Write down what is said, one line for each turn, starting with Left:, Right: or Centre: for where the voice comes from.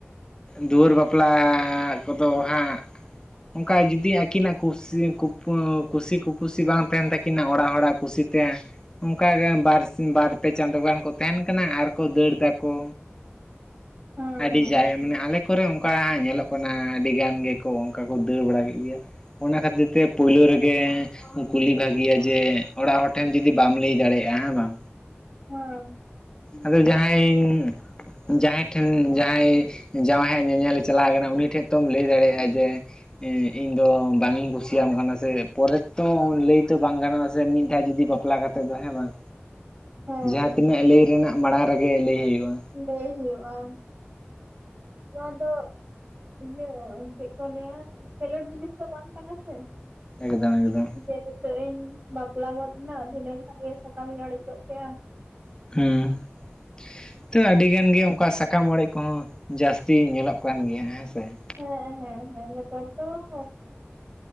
Left: ᱫᱩᱣᱟᱹᱨ ᱵᱟᱯᱞᱟ ᱠᱚᱫᱚ ᱦᱟᱸᱜ ᱚᱱᱠᱟ ᱡᱩᱫᱤ ᱟᱹᱠᱤᱱᱟᱜ ᱠᱩᱥᱤ ᱠᱩ ᱠᱩᱥᱤ ᱠᱩᱯᱩᱥᱤ ᱵᱟᱝ ᱛᱟᱦᱮᱱ ᱛᱟᱹᱠᱤᱱᱟ ᱚᱲᱟᱜ ᱦᱚᱲᱟᱜ ᱠᱩᱥᱤ ᱚᱱᱠᱟᱟ ᱜᱮ ᱵᱟᱨ ᱤᱱ ᱵᱟᱨᱯᱮ ᱪᱟᱸᱫᱳ ᱜᱟᱱ ᱠᱚ ᱛᱟᱦᱮᱱ ᱠᱟᱱᱟ ᱟᱨ ᱠᱚ ᱫᱟᱹᱲ ᱫᱟᱠᱚ
Right: ᱦᱮᱸ
Left: ᱟᱹᱰᱤ
Right: ᱦᱮᱸ
Left: ᱡᱟᱭ ᱢᱟᱱᱮ ᱟᱞᱮ, ᱠᱚᱨᱮ ᱚᱱᱠᱟ ᱧᱮᱞᱚᱜ ᱠᱟᱱᱟ ᱟᱹᱰᱤ ᱜᱟᱱ ᱜᱮᱠᱚ ᱚᱱᱠᱟ ᱠᱚ ᱫᱟᱹᱲ ᱵᱟᱲᱟ ᱠᱮᱫ ᱜᱮᱭᱟ ᱾ ᱚᱱᱟ ᱠᱷᱟᱹᱛᱤᱨ ᱛᱮ ᱯᱳᱭᱞᱳ ᱨᱮᱜᱮ ᱠᱩᱞᱤ ᱵᱷᱟᱹᱜᱮᱤᱭᱟ ᱡᱮ ᱚᱲᱟᱜ ᱦᱚᱲ ᱴᱷᱮᱱ ᱡᱩᱚᱫᱤ ᱵᱟᱢ ᱞᱟᱹᱭ ᱫᱟᱲᱮᱭᱟᱜᱼᱟ ᱦᱮᱸ ᱵᱟᱝ?
Right: ᱦᱩᱸ
Left: ᱟᱫᱚ ᱡᱟᱦᱟᱸᱭ ᱡᱟᱦᱟᱸᱭ ᱴᱷᱮᱱ ᱡᱟᱦᱟᱸᱭ ᱡᱟᱶᱟᱭ ᱦᱟᱸ ᱧᱮᱧᱮᱞ ᱪᱟᱞᱟᱣ ᱠᱟᱱᱟ ᱩᱱᱤ ᱴᱷᱮᱡ ᱛᱚᱢ ᱞᱟᱹᱭ ᱫᱟᱲᱮᱭᱟᱜᱼᱟ ᱡᱮ ᱤᱧ ᱫᱚ ᱵᱟᱝᱤᱧ ᱠᱩᱥᱤᱭᱟᱢ ᱠᱟᱱᱟ ᱥᱮ ᱯᱚᱨᱮ ᱛᱚ ᱞᱟᱹᱭ ᱛᱚ ᱵᱟᱝ ᱜᱟᱱᱚᱜᱼᱟ ᱥᱮ ᱢᱤᱫ ᱫᱷᱟᱣ ᱡᱩᱫᱤ ᱵᱟᱯ ᱵᱟᱯᱞᱟ ᱠᱟᱛᱮ ᱫᱚ ᱦᱮᱸ ᱵᱟᱝ
Right: ᱦᱮᱸ
Left: ᱡᱟᱦᱟᱸ ᱛᱤᱱᱟᱹᱜ ᱞᱟᱹᱭ ᱨᱮᱱᱟᱜ ᱢᱟᱲᱟᱝ ᱨᱮᱜᱮ ᱞᱟᱹᱭ ᱦᱩᱭᱩᱜᱼᱟ
Right: ᱞᱟᱹᱭ ᱦᱩᱭᱩᱜᱼᱟ ᱾ ᱱᱚᱣᱟ ᱫᱚ, ᱤᱭᱟᱹ ᱪᱮᱫ ᱠᱚ ᱞᱟᱹᱭᱟ ᱠᱷᱮᱞᱳᱰ ᱡᱤᱱᱤᱥ ᱫᱚ ᱵᱟᱝ ᱠᱟᱱᱟ ᱥᱮ,
Left: ᱮᱠᱫᱚᱢ ᱮᱠᱫᱚᱢ ᱾
Right: ᱡᱮ ᱱᱤᱛᱚᱜ ᱤᱧ ᱵᱟᱯᱞᱟ ᱜᱚᱫ ᱮᱱᱟ ᱫᱷᱤᱱᱟᱹᱝ ᱠᱷᱟᱱ ᱜᱮ ᱥᱟᱠᱟᱢ ᱤᱧ ᱚᱲᱮᱡᱚᱜ ᱠᱮᱜᱼᱟ ᱾
Left: ᱦᱩᱸ ᱾ ᱛᱚ ᱟᱹᱰᱤ ᱜᱟᱱ ᱜᱮ ᱚᱱᱠᱟ ᱥᱟᱠᱟᱢ ᱚᱲᱮᱡ ᱠᱚᱦᱚᱸ ᱡᱟᱹᱥᱛᱤ ᱧᱮᱞᱚᱜ ᱠᱟᱱ ᱜᱮᱭᱟ ᱦᱮᱸᱥᱮ ᱾
Right: ᱦᱮᱸ ᱦᱮᱸ ᱦᱮᱸ ᱱᱮᱛᱟᱨ ᱫᱚ ᱾